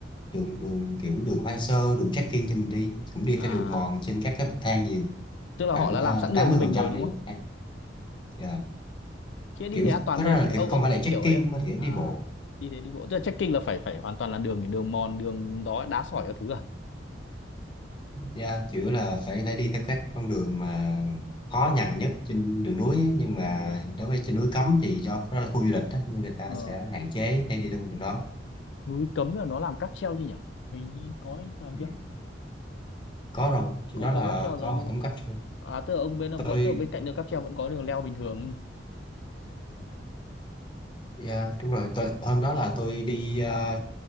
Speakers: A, on the left (about 25°); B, on the left (about 85°).
A: đường đường kiểu đường hoang sơ đường trekking cho mình đi cũng đi
B: à
A: theo đường mòn trên các cái bậc thang nhiều
B: tức là
A: khoảng
B: họ
A: uh,
B: đã làm sẵn đường
A: tám
B: như
A: mươi
B: mình
A: phần trăm
B: rồi đúng
A: đi
B: không
A: bậc thang Dạ.
B: chứ đi
A: kiểu
B: thế an toàn
A: cái
B: hơn
A: đó là
B: chứ
A: kiểu
B: ông
A: không
B: ông
A: phải
B: cũng
A: là
B: thích
A: trekking
B: kiểu ấy à
A: mà kiểu
B: à
A: đi bộ
B: đi thế đi bộ tức là trekking là phải phải hoàn toàn là đường đường mòn đường đó đá sỏi các thứ à
A: yeah, chủ yếu là phải phải đi theo các con đường mà khó nhằn nhất trên đường núi ấy. nhưng mà
B: Đúng rồi
A: đối với trên núi cấm thì do đó là khu du lịch đó, nên người ta
B: Ờ.
A: sẽ hạn chế để đi theo con đường đó
B: núi cấm là nó làm cáp treo chứ nhỉ hình như có ấy, làm
A: Ừ.
B: chưa
A: có rồi trên
B: có
A: đó
B: có
A: là
B: cáp treo rồi
A: có hệ
B: đúng
A: thống
B: không
A: cách luôn
B: à tức là ông bên
A: tôi
B: bọn tức là bên cạnh đường cáp treo vẫn có đường leo bình thường
A: yeah, đúng rồi tôi, hôm đó là tôi đi à,